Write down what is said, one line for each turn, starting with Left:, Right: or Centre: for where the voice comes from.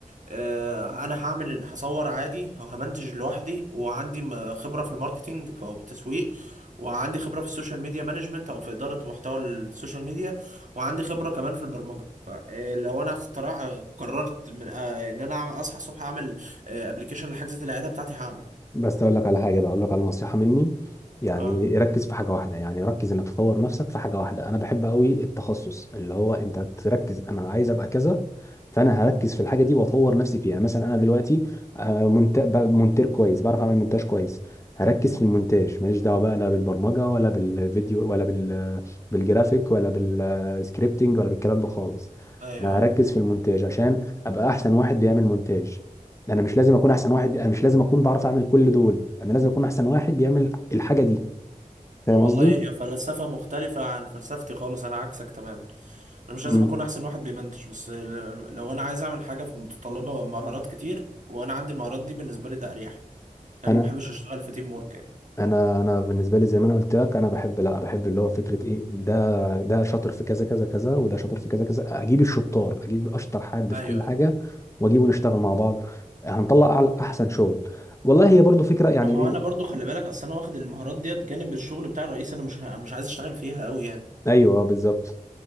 Right: آه، انا هعمل ال- هصور عادي وهمنتج لوحدي وعندي م- خبره في الماركتينج ف- او في التسويق وعندي خبره في السوشيال ميديا مانجمنت او في اداره محتوى السوشيال ميديا وعندي خبره كمان في البرمجه فلو انا اخترع قررت من آه، ان انا أعمل- اصحى الصبح اعمل ابلكيشن لحجز العياده بتاعتي هعمل
Left: بس اقول لك على حاجه بقى اقول لك على نصيحه مني يعني
Right: اه
Left: ركز في حاجه واحده يعني ركز انك تطور نفسك في حاجه واحده انا بحب قوي التخصص اللي هو انت تركز انا عايز ابقى كذا فانا هركز في الحاجه دي واطور نفسي فيها يعني مثلا انا دلوقتي آه، منت- بقى مونتير كويس بعرف اعمل مونتاج كويس هركز في المونتاج ماليش دعوه بقى لا بالبرمجه ولا بالفيديو ولا بال بالجرافيك ولا بالسكريبتنج ولا بالكلام ده خالص
Right: ايوه
Left: انا
Right: ايوه
Left: هركز في المونتاج عشان ابقى احسن واحد بيعمل مونتاج انا مش لازم اكون احسن واحد انا مش لازم اكون بعرف اعمل كل دول انا لازم اكون احسن واحد بيعمل الحاجه دي فاهم
Right: والله
Left: قصدي
Right: هي فلسفه مختلفه عن فلسفتي خالص انا عكسك تماما انا مش لازم
Left: امم
Right: اكون احسن واحد بيمنتج بس ل- لو انا عايز اعمل حاجه في متطلبه مهارات كتير وانا عندي مهارات دي بالنسبه لي ده اريح لي انا
Left: انا
Right: ما بحبش اشتغل في تيم ورك يعني
Left: انا انا بالنسبه لي زي ما انا قلت لك انا بحب لا بحب اللي هو فكره ايه ده ده شاطر في كذا كذا كذا وده شاطر في كذا كذا اجيب الشطار اجيب اشطر حد
Right: ايوه
Left: في كل
Right: ايوه
Left: حاجه واجيبه نشتغل مع بعض هنطلع اعلى احسن شغل والله هي برضو فكره يعني
Right: ما هو
Left: بي...
Right: انا برضو خلي بالك اصل انا واخد المهارات ديت جانب الشغل بتاع الرئيس انا مش ه- مش عايز اشتغل فيها قوي يعني
Left: ايوه آه، بالظبط